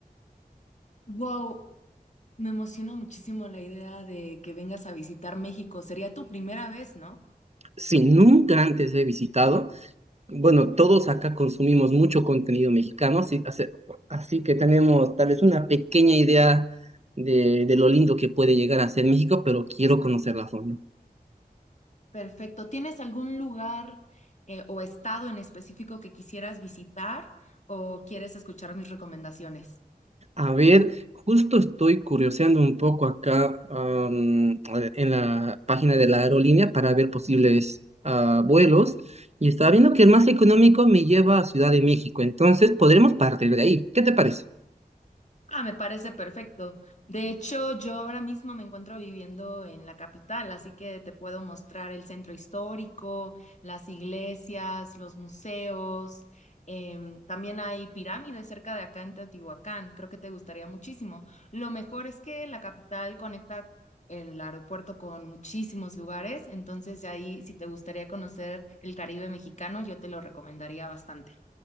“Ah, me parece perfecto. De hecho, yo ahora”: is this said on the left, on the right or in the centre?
Left